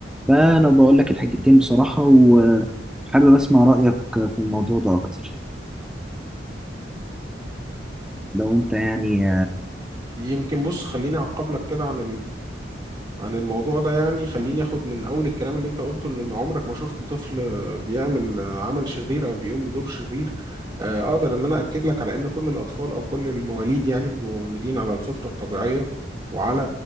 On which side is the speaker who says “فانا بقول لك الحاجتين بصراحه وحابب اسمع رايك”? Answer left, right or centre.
Centre